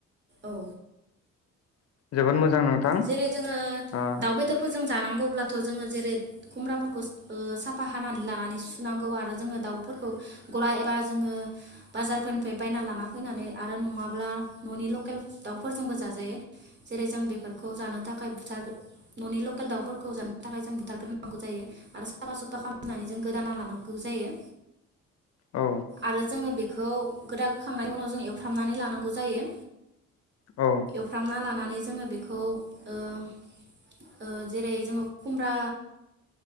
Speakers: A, on the right (about 35°); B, on the left (about 55°).
A: औ।
B: जोबोद मोजां नोंथां
A: जेरै जोङो
B: आं।
A: दाउ बेदरफोरजों जानांगौब्लाथ जोङो जेरै खुमब्राफोरखौ साफा हानानै लानानै सुनांगौ आरो जोङो दाउफोरखौ गला एबा जोङो बाजारफोरनिफ्राय बायना लाना फैनानै आरो नङाब्ला ननि लकेल दाउफोरजोंबो जाजायो। जेरै जों बेफोरखौ जानो थाखाय बुथार ननि लकेल दाउफोरखौ जानो थाखाय जों बुथारग्रोनांगौ जायो आरो साफा सुफा खालामनानै जों गोदाना लानांगौ जायो।
B: औ
A: आरो जोङो बेखौ खौ गोदाोखांनायनि उनाव जों एवफ्रामनानै लानांगौ जायो।
B: औ।
A: एमफ्रामना लानानै जोङो बेखौ जेरै जोङो ओ‌ ओ जेरै जों खुमब्रा